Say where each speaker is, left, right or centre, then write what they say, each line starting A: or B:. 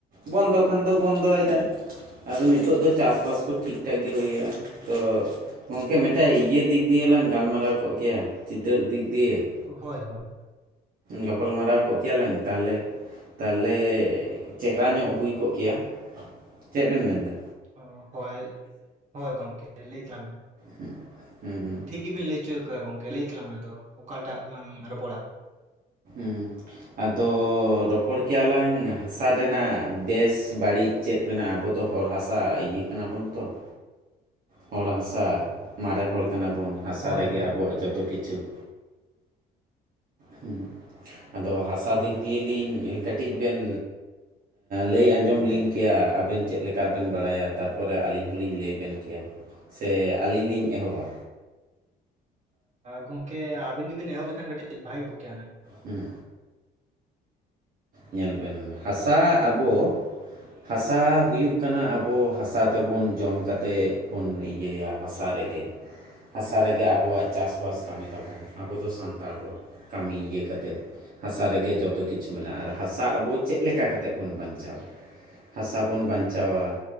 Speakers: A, on the right (about 60°); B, on the right (about 45°).
A: ᱵᱚᱱᱫᱚ ᱠᱷᱟᱱ ᱫᱚ ᱵᱚᱱᱫᱚᱭᱮᱫᱟᱭ ᱾ ᱟᱫᱚ ᱱᱤᱛᱚᱜ ᱫᱚ ᱪᱟᱥᱵᱟᱥ ᱠᱚ ᱴᱷᱤᱠ ᱴᱷᱟᱠ ᱜᱮ ᱦᱩᱭᱩᱜᱼᱟ ᱛᱚ ᱜᱚᱝᱠᱮ <unintelligible> <unintelligible> ᱴᱟᱜ ᱤᱭᱟᱹ ᱫᱤᱠ ᱫᱤᱭᱮ ᱞᱟᱝ ᱜᱟᱞᱢᱟᱨᱟᱣ ᱠᱚᱜ ᱜᱮᱭᱟ, ᱪᱤᱛᱟᱹᱠ ᱫᱤᱠ ᱫᱤᱭᱮ ᱾
B: ᱦᱚᱭ ᱦᱚᱭ
A: ᱜᱟᱯᱟᱞ ᱢᱟᱨᱟᱣ ᱠᱚᱜ ᱠᱮᱭᱟ ᱞᱟᱝ ᱾ ᱛᱟᱦᱚᱞᱮ ᱛᱟᱦᱚᱞᱮ ᱪᱮᱦᱨᱟ ᱧᱚᱜ ᱦᱩᱭ ᱠᱚᱜ ᱠᱮᱭᱟ ᱾ ᱪᱮᱫ ᱵᱮᱱ ᱢᱮᱱ ᱮᱫᱟ?
B: ᱚ ᱦᱚᱭ ᱦᱟᱭ ᱜᱚᱝᱠᱮ ᱞᱟᱹᱭ ᱛᱟ ᱢᱮ ᱾
A: ᱦᱩᱸ ᱦᱩᱸ
B: <unintelligible> ᱴᱷ ᱜᱮᱵᱤ ᱞᱟᱹᱭ ᱦᱚᱪᱚᱣ ᱠᱟᱫᱟ ᱜᱚᱝᱠᱮ ᱞᱟᱹᱭ ᱛᱟᱞᱟᱝ ᱢᱮ ᱟᱫᱚ ᱚᱠᱟᱴᱟᱜ ᱞᱟᱝ ᱨᱚᱯᱚᱲᱟ?
A: ᱦᱩᱸ ᱾ ᱟᱫᱚ ᱨᱚᱯᱚᱲ ᱠᱮᱭᱟ ᱞᱟᱝ ᱦᱟᱥᱟ ᱨᱮᱱᱟᱜ ᱵᱮᱥ ᱵᱟᱹᱲᱤᱡ ᱾ ᱪᱮᱫ ᱢᱮᱱᱟᱜᱼᱟ ᱟᱵᱚ ᱫᱚ ᱦᱚᱲ ᱦᱟᱥᱟ ᱤᱭᱟᱹ ᱠᱟᱱᱟᱵᱚᱱ ᱛᱚ ᱾ ᱦᱚᱲ ᱦᱟᱥᱟ ᱢᱟᱨᱮ ᱦᱚᱲ ᱠᱟᱱᱟ ᱵᱚᱱ ᱦᱟᱥᱟ
B: ᱦᱳᱭ
A: ᱨᱮᱜᱮ
B: ᱦᱳᱭ
A: ᱟᱵᱚᱣᱟᱜ
B: ᱦᱳᱭ
A: ᱡᱚᱛᱚ ᱠᱤᱪᱷᱩ ᱾ ᱦᱩᱸ ᱟᱫᱚ ᱦᱟᱥᱟ
B: ᱦᱳᱭ
A: ᱫᱤᱠ ᱫᱤᱭᱮᱞᱞᱤᱧ ᱠᱟᱹᱴᱤᱡ ᱵᱮᱱ ᱞᱟᱹᱭ ᱟᱸᱧᱡᱚᱢ ᱞᱤᱧ ᱠᱮᱭᱟ ᱟᱵᱮᱱ ᱪᱮᱫ ᱞᱮᱠᱟ ᱵᱮᱱ ᱵᱟᱲᱟᱭᱟ ᱛᱟᱨᱯᱚᱨᱮ ᱟᱹᱞᱤᱧ ᱦᱚᱸᱞᱤᱧ ᱞᱟᱹᱭ ᱵᱮᱱ ᱠᱮᱭᱟ ᱥᱮ ᱟᱹᱞᱤᱧ ᱞᱤᱧ ᱮᱦᱚᱵᱟ?
B: ᱜᱚᱝᱠᱮ ᱟᱹᱵᱤᱱ ᱜᱮᱵᱮᱱ ᱮᱦᱚᱵ ᱞᱮᱠᱷᱟᱱ ᱠᱟᱹᱴᱤᱡ ᱵᱷᱟᱹᱜᱤ ᱠᱚᱜ ᱠᱮᱭᱟ ᱦᱩᱱᱟᱹᱝ ᱾
A: ᱦᱩᱸ ᱧᱮᱞ ᱵᱮᱱ ᱦᱟᱥᱟ ᱟᱵᱚ ᱦᱟᱥᱟ ᱦᱩᱭᱩᱜ ᱠᱟᱱᱟ ᱟᱵᱚ ᱦᱟᱥᱟ ᱛᱮᱵᱚᱱ ᱡᱚᱢ ᱠᱟᱛᱮᱫ ᱵᱚᱱ ᱤᱭᱟᱹᱭᱟ ᱦᱟᱥᱟ ᱨᱮᱜᱮ ᱾ ᱦᱟᱥᱟ ᱨᱮᱜᱮ ᱟᱵᱚᱣᱟᱜ ᱪᱟᱥ ᱵᱟᱥ ᱠᱟᱹᱢᱤ ᱛᱟᱵᱚᱱ, ᱟᱵᱚ ᱫᱚ ᱥᱟᱱᱛᱟᱲ ᱦᱚᱲ ᱠᱟᱹᱢᱤ ᱠᱟᱛᱮ ᱾ ᱦᱟᱥᱟ ᱨᱮᱜᱮ ᱡᱚᱛᱚ ᱠᱤᱪᱷᱩ ᱢᱮᱱᱟᱜᱼᱟ ᱾ ᱟᱨ ᱦᱟᱥᱟ ᱟᱵᱚ ᱪᱮᱫ ᱞᱮᱠᱟ ᱠᱟᱛᱮᱜ ᱵᱚᱱ ᱵᱟᱧᱪᱟᱣᱟ? ᱦᱟᱥᱟ ᱵᱚᱱ ᱵᱟᱧᱪᱟᱣᱟ᱾
B: ᱦᱳᱭ